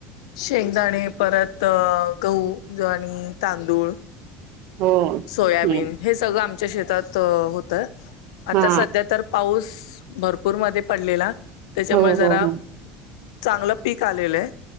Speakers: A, on the left (about 70°); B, on the right (about 60°).
A: शेंगदाणे परत गहू ज्वारी तांदूळ.
B: हो
A: सोयाबीन
B: हम्म
A: हे सगळं आमच्या शेतात होतय आता
B: हा
A: सध्या तर. पाऊस भरपूर मध्ये पडलेला त्याच्यामुळे
B: हो
A: जरा
B: हो हो
A: चांगलं पीक आलेलं आहे